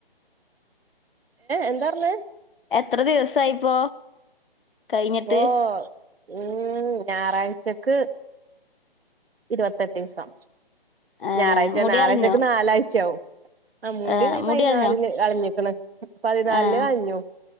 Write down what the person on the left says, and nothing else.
എത്ര ദിവസായിപ്പോ കഴിഞ്ഞിട്ട്
ഏഹ്
മുടി
കളഞ്ഞോ
ആഹ്
കളഞ്ഞോ
ആഹ്